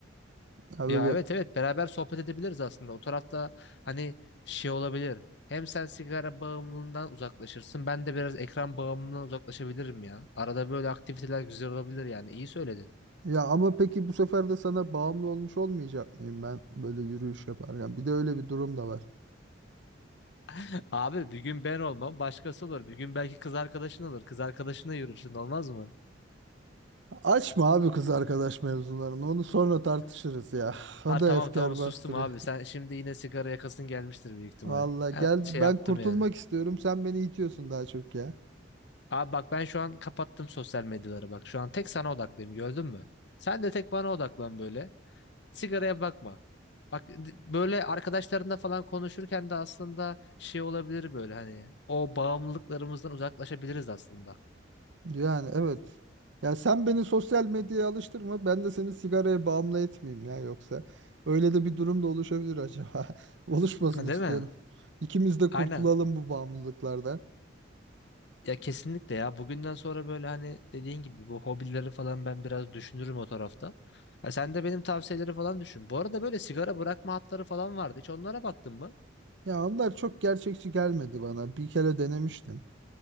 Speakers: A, on the right (about 70°); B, on the left (about 65°).
A: Ya
B: Ya
A: böyle
B: evet evet beraber sohbet edebiliriz aslında. O tarafta hani şey olabilir. Hem sen sigara bağımlılığından uzaklaşırsın. Ben de biraz ekran bağımlılığından uzaklaşabilirim ya. Arada böyle aktiviteler güzel olabilir yani. İyi söyledin.
A: ya ama peki bu sefer de sana bağımlı olmuş olmayacak mıyım ben böyle yürüyüş yaparken? Bir de öyle bir durum da var.
B: <laughs> Abi bir gün ben olmam başkası olur. Bir gün belki kız arkadaşın olur. Kız arkadaşına yürürsün olmaz mı?
A: Açma abi kız arkadaş mevzularını. Onu sonra tartışırız ya. <laughs> O
B: Ha tamam
A: da efkar
B: tamam sustum
A: bastırı.
B: abi. Sen şimdi yine sigara yakasın gelmiştir büyük ihtimal.
A: Valla
B: Evet,
A: gel
B: şey
A: ben
B: yaptım
A: kurtulmak
B: yani.
A: istiyorum. Sen beni itiyorsun daha çok ya.
B: Abi bak ben şu an kapattım sosyal medyaları bak. Şu an tek sana odaklıyım gördün mü? Sen de tek bana odaklan böyle. Sigaraya bakma. Bak böyle arkadaşlarında falan konuşurken de aslında şey olabilir böyle hani o bağımlılıklarımızdan uzaklaşabiliriz aslında.
A: Yani evet. Ya sen beni sosyal medyaya alıştırma. Ben de seni sigaraya bağımlı etmeyeyim ya yoksa. Öyle de bir durum da oluşabilir acaba. <laughs> Oluşmasını
B: Ha, Değil
A: istiyorum.
B: mi?
A: İkimiz de
B: Aynen.
A: kurtulalım bu bağımlılıklardan.
B: Ya kesinlikle ya bugünden sonra böyle hani dediğin gibi bu hobileri falan ben biraz düşünürüm o tarafta. Ya sen de benim tavsiyeleri falan düşün. Bu arada böyle sigara bırakma hatları falan vardı. Hiç onlara baktın mı?
A: Ya onlar çok gerçekçi gelmedi bana. Bir kere denemiştim.